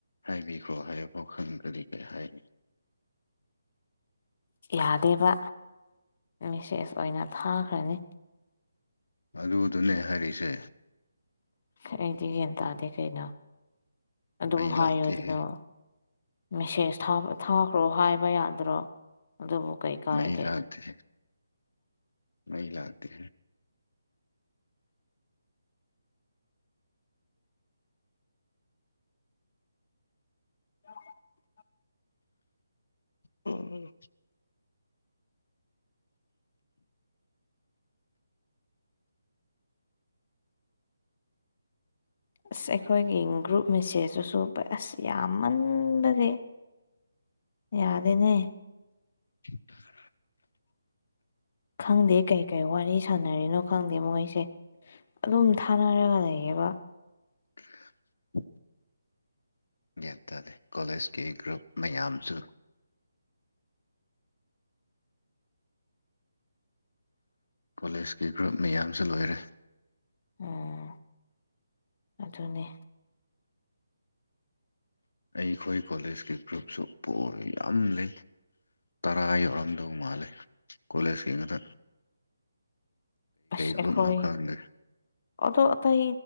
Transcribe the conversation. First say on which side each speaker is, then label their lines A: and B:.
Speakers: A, on the left (about 80°); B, on the left (about 30°).
A: ꯍꯥꯏꯕꯤꯈ꯭ꯔꯣ ꯍꯥꯏꯕꯐꯥꯎ ꯈꯪꯗ꯭ꯔꯗꯤ ꯀꯩ ꯍꯥꯏꯅꯤ
B: ꯌꯥꯗꯦꯕ ꯃꯦꯁꯦꯁ ꯑꯣꯏꯅ ꯊꯥꯈ꯭ꯔꯅꯤ
A: ꯑꯗꯨꯗꯨꯅꯦ ꯍꯥꯏꯔꯤꯁꯦ
B: ꯑꯩꯗꯤ ꯒꯌꯥꯟ ꯇꯥꯗꯦ ꯀꯩꯅꯣ ꯑꯗꯨꯝ
A: ꯃꯩ
B: ꯍꯥꯏꯌꯣ
A: ꯂꯥꯛꯇꯦꯍꯦ
B: ꯑꯗꯨꯅ ꯃꯦꯁꯦꯁ ꯊꯥꯎ ꯊꯥꯈ꯭ꯔꯣ ꯍꯥꯏꯕ ꯌꯥꯗ꯭ꯔꯣ ꯑꯗꯨꯕꯨ ꯀꯩ ꯀꯥꯏꯒꯦ
A: ꯃꯩ ꯂꯥꯛꯗꯦ ꯃꯩ ꯂꯥꯛꯇꯦ
B: <inaudible>
A: ꯍ ꯑꯣ
B: ꯑꯁ ꯑꯩꯈꯣꯏꯒꯤ ꯒ꯭ꯔꯨꯞ ꯃꯤꯁꯦꯖꯁꯨꯁꯨ ꯑꯁ ꯌꯥꯝꯃꯟꯕꯒꯤ ꯌꯥꯗꯦꯅꯦ
A: <unintelligible>
B: ꯈꯪꯗꯦ ꯀꯩ ꯀꯩ ꯋꯥꯔꯤ ꯁꯥꯟꯅ ꯁꯅꯔꯤꯅꯣ ꯈꯪꯗꯦ ꯃꯣꯏꯁꯦ ꯑꯗꯨꯝ ꯊꯥꯅꯔꯒ ꯂꯩꯌꯦꯕ
A: <unintelligible> ꯒ꯭ꯌꯥꯟ ꯇꯥꯗꯦ ꯀꯣꯂꯦꯖꯀꯤ ꯒ꯭ꯔꯨꯞ ꯃꯌꯥꯝꯁꯨ ꯀꯣꯂꯦꯖꯀꯤ ꯒ꯭ꯔꯨꯞ ꯃꯌꯥꯝꯁꯨ ꯂꯣꯏꯔꯦ
B: ꯎꯝ ꯑꯗꯨꯅꯦ
A: ꯑꯩꯈꯣꯏ ꯀꯣꯂꯦꯖꯀꯤ ꯒ꯭ꯔꯨꯞꯁꯨ ꯄꯣꯟ ꯌꯥꯝ ꯂꯩ ꯇꯔꯥ ꯌꯧꯔꯝꯗꯧ ꯃꯥꯜꯂꯦ ꯀꯣꯂꯦꯖ ꯀꯤꯉꯥꯛꯇ
B: ꯑꯁ ꯑꯩꯈꯣꯏ
A: ꯒ꯭ꯔꯨꯞꯅꯣ ꯈꯪꯗꯦ
B: ꯑꯗꯣ ꯑꯇꯩ